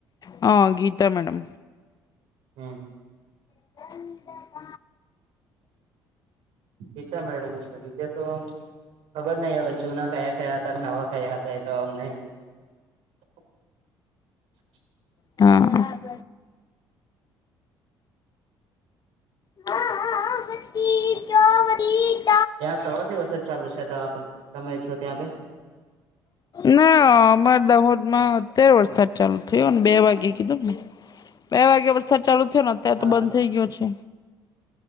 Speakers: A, on the left; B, on the right.
A: હા, ગીતા મેડમ
B: હમ્મ
A: <inaudible>
B: ગીતા મેડમ છે, બીજા તો ખબર નહિ હવે જૂના કયા કયા હતા, નવા કયા હતા એ તો અમને. <inaudible>
A: હા. <unintelligible>
B: ત્યાં સવારથી વરસાદ ચાલુ છે? ત્યાં આપડ તમે છો ત્યાં ભે
A: ના, અમારે દાહોદ માં અત્યારે વરસાદ ચાલુ થયો, બે વાગ્યે કીધું મે બે વાગ્યા વરસાદ ચાલુ થયો, અને ને અત્યારે
B: હા
A: તો બંધ
B: હા
A: થઇ ગયો છે.